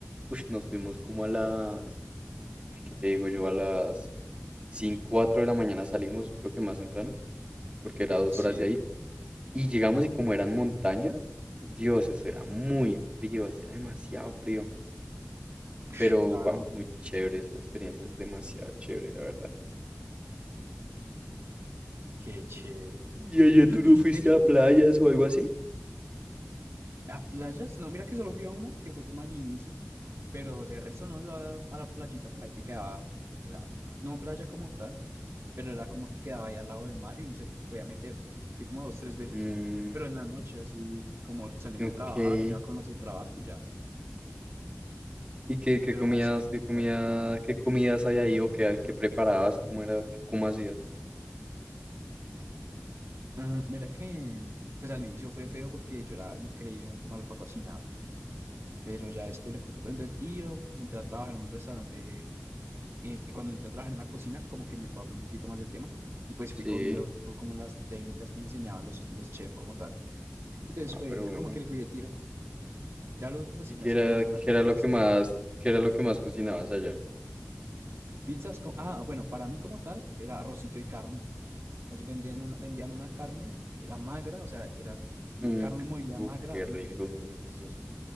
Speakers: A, on the right; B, on the right.
A: uy, nos fuimos como a las, ¿qué te digo yo? A las cinco 4 de la mañana salimos, creo que más temprano, porque era dos
B: sí,
A: horas de ahí. Y llegamos y como eran montañas, Dios, eso era muy frío, hacía demasiado frío.
B: <sniffs>
A: Pero,
B: claro,
A: wow, muy chévere, esa experiencia es demasiado chévere, la verdad.
B: qué chévere. <clears throat>
A: ¿Y allá tú no fuiste
B: Ven, y,
A: a
B: y
A: playas o algo así?
B: a playas, no, mira que solo fui a una, que fue como al inicio, pero de resto no iba a, a la playita por ahí que quedaba, o sea, no playa como tal, pero era como que quedaba ahí al lado del mar y uno se podía meter. Fui como dos, tres veces,
A: Mm,
B: pero en la noche, así como saliendo
A: ok.
B: de trabajar,
A: ¿Y,
B: me iba con los del trabajo y ya,
A: y qué, qué
B: pero
A: comías,
B: así nunca
A: qué comía,
B: fui.
A: qué comidas hay ahí o qué, qué preparabas? ¿Cómo era, qué- cómo hacías?
B: Ujú, Mira que, pues al inicio fue feo porque yo era increíblemente malo para cocinar, pero ya después le fui con el tiro, entré a trabajar en un restaurante eh, cuando entré a trabajar en la cocina, como que me empapé un poquito más del tema y pues
A: Sí.
B: fui cogiendo como las técnicas que me enseñaban los, los chefs como tal. Entonces
A: Ah,
B: fue
A: pero bueno.
B: como que le cuidé tiro. Ya lo último sí
A: ¿Y qué
B: me hacía
A: era,
B: unas buenas
A: qué
B: preparaciones.
A: era lo que más, qué era lo que más cocinabas allá?
B: Pizzas con, ah, bueno, para mí como tal era arrocito y carne. Ellos Vendían una, vendían una carne que era magra, o sea, era li-
A: Mm,
B: carne molida
A: Uf,
B: magra,
A: qué rico,
B: increíble, deliciosa.